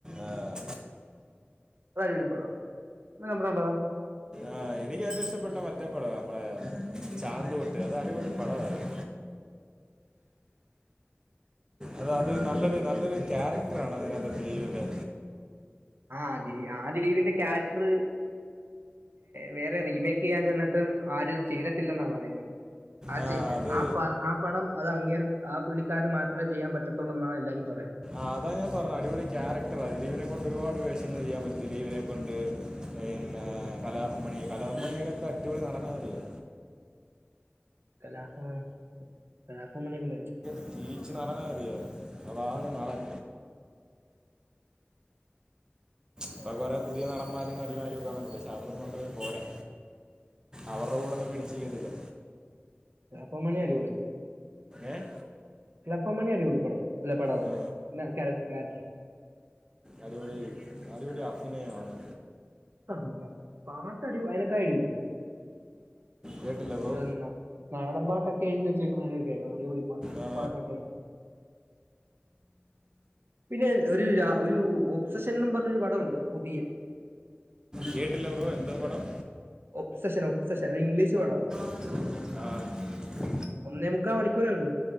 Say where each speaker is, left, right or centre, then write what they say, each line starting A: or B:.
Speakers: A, on the right; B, on the right.
A: ആഹ്
B: പഴേ ഒരു പടവാ നിങ്ങൾ കണ്ടിട്ടുണ്ടോ
A: ആഹ് എനിക്ക് ഏറ്റവും ഇഷ്ടപ്പെട്ട മറ്റേ പടവാ നമ്മടെ ചാന്ത്പൊട്ട് അത് അടിപൊളി പടമായിരുന്നു അത അത് നല്ലൊരു നല്ലൊരു ക്യാരക്ടർ ആണ് അതിനകത് ദിലീപിന്റെ
B: ആ്ഹ് ദിലീപ് ആ ദിലീപിന്റെ ക്യാരക്ടർ വേറെ റീമേക്ക് ചെയ്യാൻ ചെന്നിട്ടും ആരും അത് ചെയ്തിട്ടില്ലെന്നാ പറയുന്നത് ആച്ചെ
A: ആ അത്
B: ആ പ ആ പടം അത് അങ്ങേർ ആ പുള്ളിക്കാരന് മാത്രമേ ചെയ്യാൻ പറ്റത്തുള്ളൂ എന്നാണ് എല്ലാരും പറയണ്
A: അതാ ഞാൻ പറഞ്ഞ അടിപൊളി ക്യാരക്ടറാ ദിലീപിനെ കൊണ്ട് ഒരുപാട് വേഷങ്ങൾ ചെയ്യാൻ പറ്റും ദിലീപിനെ കൊണ്ട് പിന്നെ കലാഭവൻ മണി കലാഭവൻ മണിയൊക്കെ എന്ത് അടിപൊളി നടനാന്നറിയോ
B: കലാഭവൻ കലാഭവൻ മണി ഒക്കെ മരിച്ചു
A: റീച്ച് നടനാ അറിയോ അപാര നടൻ ഇപ്പൊ കൊറേ പുതിയ നടന്മാരും നടിമാരും ഒക്കെ വന്നിട്ടുണ്ട് പക്ഷെ അവരൊന്നും അത്ര പോരാ അവരുടെ കൂടെ ഒന്നും പിടിച്ച് നിക്കത്തില്ല
B: കലാഭവൻ മണി അടിപൊളിയാ
A: ഏഹ്
B: <unintelligible> ഇപ്പം മണി അടിപൊളി പടാ നല്ല പടാവും
A: ആ,
B: <unintelligible> ക്യാര ക്യാരക്ടറാ
A: അടിപൊളി അടിപൊളി അഭിനയമാണ്
B: ആഹ് പാട്ട് അടി <unintelligible>
A: കേട്ടില്ല ബ്രോ
B: നാടൻ പാട്ടൊക്കെ എഴുതി വെച്ചേക്ക കേക്ക അടിപൊളി
A: ആ
B: പാട്ടൊക്കെ ആണ് പിന്നെ ഒരു ഒരു ഓബ്സഷൻന്ന് പറഞ്ഞ ഒരു പടമുണ്ട് പുതിയ
A: കേട്ടില്ല ബ്രോ എന്തോ പടം
B: ഒപ്സെഷൻ ഒപ്സെഷൻ ഇംഗ്ലീഷ് വേടാ
A: ആഹ്
B: ഒന്നേ മുക്കാൽ മണിക്കൂറേ ഉള്ളൂ